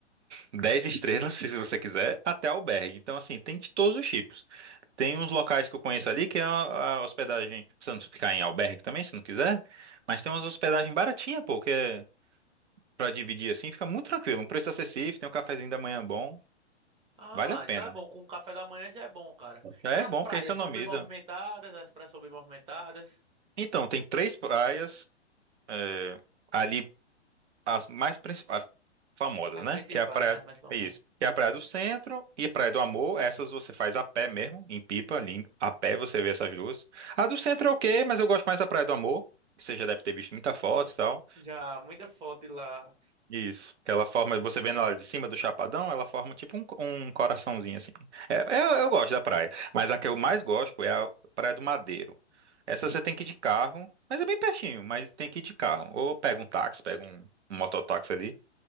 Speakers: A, on the right; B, on the right.
A: 10 estrelas, <laughs> se você quiser, até albergue. Então assim, tem de todos os tipos. Tem uns locais que eu conheço ali que é a, a hospedagem, você não precisa ficar em albergue também, se não quiser, mas tem umas hospedagens baratinhas pô, que é para dividir assim, fica muito tranquilo, um preço acessível, tem um cafezinho da manhã bom,
B: ah,
A: vale a pena.
B: então é bom. Com o café da manhã já é bom, cara.
A: Já é
B: E as
A: bom
B: praias
A: porque economiza.
B: são bem movimentadas, as praias são bem movimentadas.
A: Então, tem três praias é, ali as mais principais, famosas,
B: As
A: né?
B: principais,
A: Que é a praia,
B: né? As mais famosas.
A: é isso. Que é a Praia do Centro e a Praia do Amor. Essas você faz a pé mesmo, em Pipa, ali, a pé você vê essas duas. A do Centro é ok, mas eu gosto mais da Praia do Amor. Você já deve ter visto muita foto e tal.
B: Já, muita foto de lá.
A: Isso. Que ela forma, você vendo ela de cima do Chapadão, ela forma tipo um, um coraçãozinho assim. É, eu,
B: Ah,
A: eu gosto da praia, mas a que eu mais gosto é a Praia do Madeiro. Essa você tem que ir de carro, mas é bem pertinho, mas tem que ir de carro. Ou pega um táxi, pega um, um mototáxi ali.